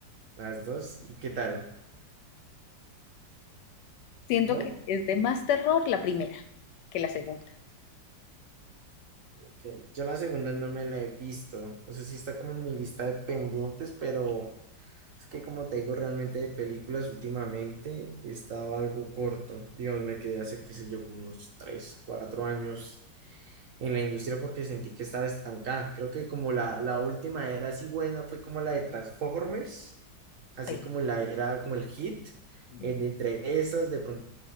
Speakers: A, on the right (about 55°); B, on the left (about 75°).
A: las dos, ¿y qué tal?
B: Siento
A: ¿No?
B: que es de más terror la primera que la segunda.
A: Ok, Yo la segunda no me la he visto. No sé si está como en mi lista de pendientes, pero es que como te digo, realmente de películas últimamente he estado algo corto. Digamos, me quedé hace, qué sé yo, como unos 3 4 años en la industria porque sentí que estaba estancada. Creo que como la, la última era así buena fue como la de Transformers, así
B: Sí.
A: como la era como el hit,
B: Mm.
A: en- entre esas de pronto